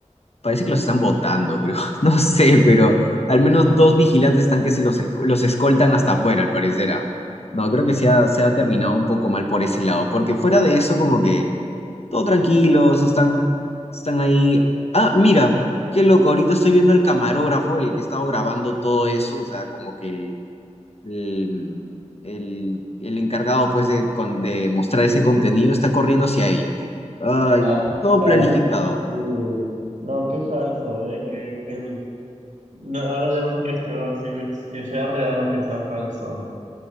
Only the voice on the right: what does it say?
<laughs>
Ah,
sí. No, qué falso, ¿eh? Que, que el- no, ahora ya no sé qué es peor, si que sea real o que sea falso.